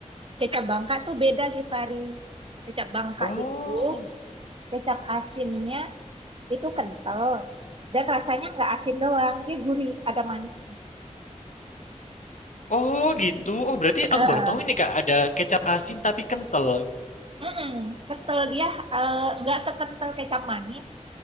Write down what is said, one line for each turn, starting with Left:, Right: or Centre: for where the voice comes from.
Right: kecap Bangka tuh beda, Givari. Kecap Bangka
Left: oh,
Right: itu kecap asinnya itu kental dan rasanya nggak asin doang, dia gurih, ada manisnya.
Left: oh gitu. Oh berarti
Right: Heeh.
Left: aku baru tahu ini Kak ada kecap asin tapi kental.
Right: Mm-mm, kental dia eh, nggak sekental kecap manis,